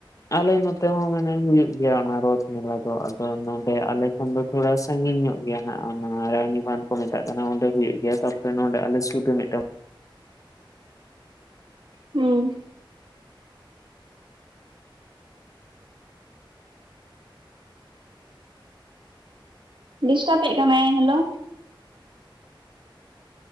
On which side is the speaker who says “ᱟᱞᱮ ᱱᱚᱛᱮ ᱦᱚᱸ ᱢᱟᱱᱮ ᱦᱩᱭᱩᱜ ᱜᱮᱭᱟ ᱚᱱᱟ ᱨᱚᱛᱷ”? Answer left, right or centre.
Left